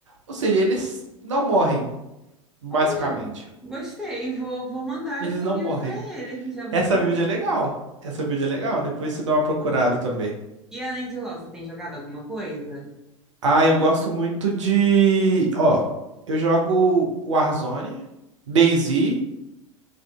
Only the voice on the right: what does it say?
Ou seja, eles não morrem, basicamente.
Eles
não
morrem.
Essa
build
é legal.
Essa build é legal. Depois você dá uma procurada também.
Ah, eu gosto muito de. Ó, eu jogo Warzone, DayZ,